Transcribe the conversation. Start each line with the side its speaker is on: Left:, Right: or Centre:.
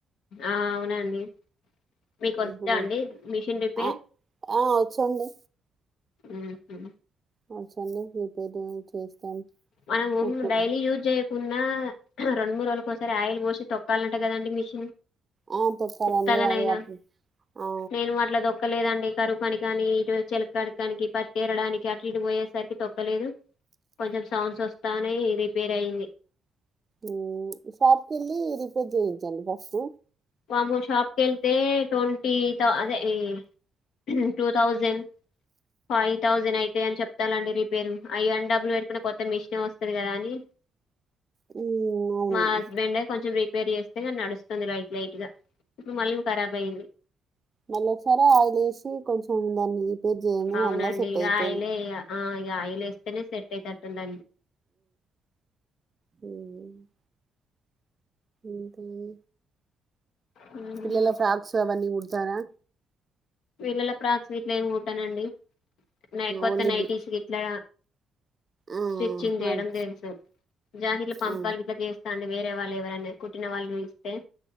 Left: ఆ అవునండి మీకు వస్తదా
Right: ఇప్పుడు
Left: అండి మిషిన్ రిపేర్
Right: ఆ! ఆ! వచ్చండి.
Left: ఉమ్ హు
Right: <unintelligible> రీపేరు చేస్తాం
Left: మనమూ
Right: కుట్టు
Left: డైలీ యూజ్ జేయ కున్నా రెండు మూడు రోజులకోసారి ఆయిల్ పోసి తొక్కాలంట గదండి మీష్
Right: ఆ! కుడతానండి.
Left: ఉత్తగనైనా
Right: అది అట్లా ఆ!
Left: నేను అట్ల దొక్కలేదండి కరువు పనికనీఇటు చెలక్కాడకని గి పత్తేరడానికి అటు ఇటు పోయేసరికి తొక్కలేదు కొంచెం సౌండ్స్ వస్తానయ్ రిపేరయింది
Right: ఉమ్, షాప్ కెళ్ళి రిపేర్ చేయించండి ఫస్ట్
Left: వామ్మో షాప్కెళ్తే ట్వంటీ థ అదే యీ టూ థౌజండ్ ఫైవ్ థౌజండ్ అయితయని చెప్తాల్లండి రిపేరు, అయ్యే అన్ని డబ్బలు పెట్టుకునే కొత్త మిషన్ వస్తది గదా అని
Right: హ్మ్. అవును.
Left: మా హస్బెండె కొంచెం రిపేర్ జేస్తే నడుస్తుంది లైట్ లైట్ గా లివ్ ఖరాబయింది
Right: మల్లోకసారి ఆయిల్ ఏసి కొంచెం దాన్ని రిపేర్ చేయండి
Left: అవునండి
Right: మళ్ళా సెట్
Left: ఇగ
Right: అయితది
Left: ఆయిలే ఇగ ఆ ఇ ఆయిలేస్తేనే సెట్ అయేటట్టుంది
Right: ఉమ్ ఇంక అన్
Left: హ్మ్
Right: పిల్లల ఫ్రాక్స్ అవన్నీ గుడుతారా
Left: పిళ్లల ఫ్రాక్స్ గిట్ల ఏం కుట్టనండి నై కొత్త
Right: ఓన్లీ
Left: నైటిస్
Right: బి
Left: గిట్లా
Right: ఆ
Left: స్టిచ్చింగ్ జేయడం
Right: అవి
Left: తెలుసు జాకెట్ల పంపకాలు
Right: ఆ
Left: గిట్ల జేస్తా అన్ వేరే వాళ్ళు ఎవరన్న కుట్టిన వాళ్ళు ఇస్తే